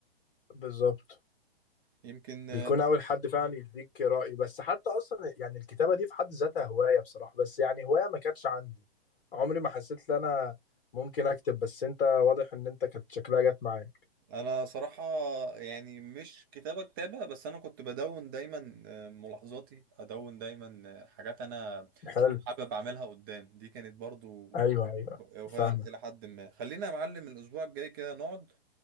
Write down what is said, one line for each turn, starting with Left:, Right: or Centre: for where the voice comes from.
Left: بالظبط
Right: يمكن
Left: بيكون اول حد فعلا يديك رأي بس حتى اصلا يعني الكتابة دي في حد ذاتها هواية بصراحة بس يعني هواية ما كانتش عندي عمري ما حسيت ان انا ممكن اكتب بس انت واضح ان انت كانت شكلها جت معاك
Right: انا صراحة يعني مش كتابة كتابة بس انا كنت بدون دايما آه، ملاحظاتي ادون دايما آه، حاجات انا
Left: حلو
Right: حابب اعملها قدام دي كانت برضو
Left: ايوه ايوه
Right: وهي
Left: فاهمك
Right: الى حد ما خلينا يا معلم الاسبوع الجاي كده نقعد